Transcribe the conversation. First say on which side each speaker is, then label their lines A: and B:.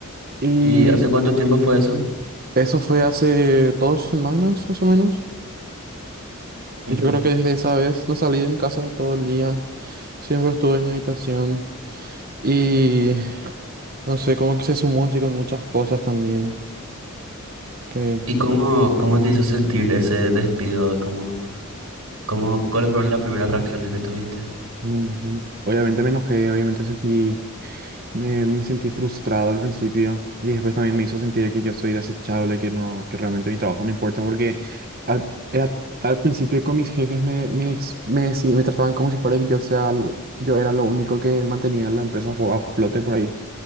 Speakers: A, on the right (about 45°); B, on the right (about 75°).
A: Y
B: ¿Y hace cuánto tiempo fue eso?
A: eso fue hace dos semanas más o menos.
B: Ujú.
A: Y yo creo que desde esa vez no salí de mi casa todo el día, siempre estuve en mi habitación. Y no sé, como que se sumó así con muchas cosas también. Que
B: ¿Y cómo, cómo te hizo sentir ese despido? ¿Cómo, cómo, cuáles fueron las primeras reacciones que tuviste?
A: Ujú. Obviamente me enojé, obviamente sentí, me, me sentí frustrado al principio y después también me hizo sentir que yo soy desechable, que no, que realmente mi trabajo no importa porque al, era, al principio con mis jefes me, me, ex- me, decí- me trataban como si fuera que yo sea, l- yo era lo único que mantenía la empresa a flote por ahí.